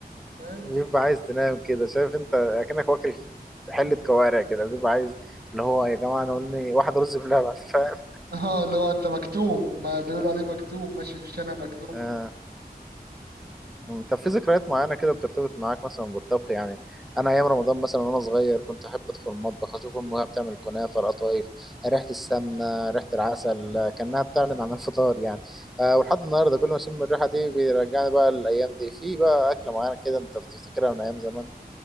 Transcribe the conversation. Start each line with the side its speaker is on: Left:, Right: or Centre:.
Right: فاهم
Centre: بيبقى عايز تنام كده شايف انت اكنك واكل حله كوارع كده بيبقى عايز اللي هو يا جماعه انا قولني واحد رز بلبن <laughs> فاهم
Right: <laughs> اه اللي هو انت مكتوم ما بيقولوا عليه مكتوم ماشي في الشارع مكتوم
Centre: آه. مم. طب في ذكريات معينة كده بترتبط معاك مثلا بالطبخ يعني أنا أيام رمضان مثلا وأنا صغير كنت أحب أدخل المطبخ أشوف أمها بتعمل كنافة القطايف ريحة السمنة ريحة العسل آه، كأنها بتعلن عن الفطار يعني أه ولحد النهاردة كل ما أشم الريحة دي بيرجعني بقى للأيام دي في بقى أكلة معينة كده أنت بتفتكرها من أيام زمان